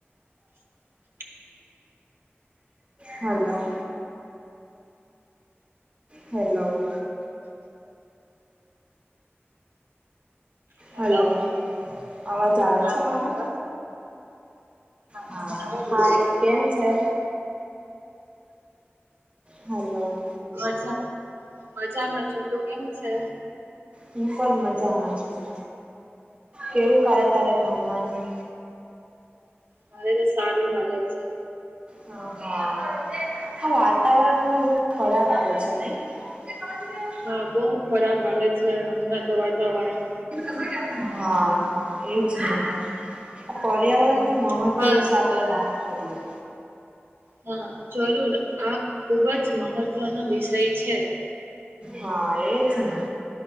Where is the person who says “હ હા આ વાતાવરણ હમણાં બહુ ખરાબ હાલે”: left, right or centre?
Right